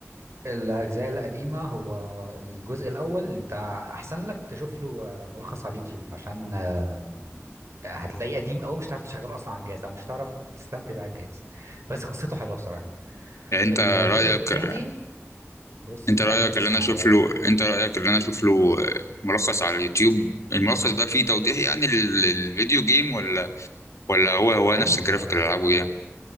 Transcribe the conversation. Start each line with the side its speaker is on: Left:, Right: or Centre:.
Right: الأجزاء القديمة هو الجزء الأول أنت أحسن لك تشوف له آه، ملخص على اليوتيوب عشان آم، هتلاقيه قديم أوي مش هتعرف تشغله أصلا على الجهاز أو مش هتعرف تستمتع بيه على الجهاز بس قصته حلوة بصراحة
Left: يعني انت
Right: الجزء
Left: رأيك
Right: التاني بص
Left: انت
Right: كمل
Left: رايك
Right: بس
Left: اللي انا
Right: معايا
Left: اشوف له انت رايك اللي انا اشوف له آه، ملخص على اليوتيوب الملخص ده فيه توضيح يعني للفيديو جيم ولا ولا هو هو نفس
Right: أيوه
Left: الجرافيك اللي العبه يعني